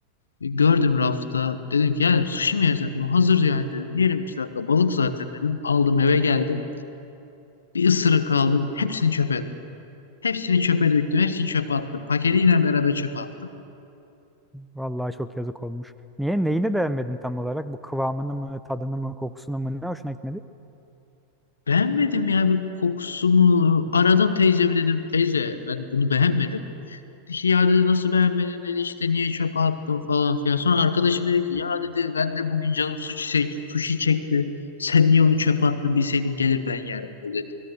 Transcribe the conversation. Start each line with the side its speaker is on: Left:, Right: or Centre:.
Left: E, Gördüm rafta. Dedim ki yani sushi mi yesem? Şimdi hazır yani dedim. Yerim iki dakika. Balık zaten dedim. Aldım eve geldim. Bir ısırık aldım. Hepsini çöpe ettim. Hepsini çöpe döktüm. Hepsini çöpe attım. Paketiyle beraber çöpe attım.
Centre: Vallahi çok yazık olmuş. Niye? Neyini beğenmedin tam olarak? Bu kıvamını mı, tadını mı, kokusunu mu? Ne hoşuna gitmedi?
Left: Beğenmedim ya bir kokusu mu? Aradım teyzemi dedim. Teyze ben bunu beğenmedim. Dedi ki ya dedi nasıl beğenmedin dedi işte niye çöpe attın falan filan. Sonra arkadaşım dedi ki ya dedi ben de bugün canım sushi, sushi çekti. Sen niye onu çöpe attın bilseydim gelir ben yerdim dedi.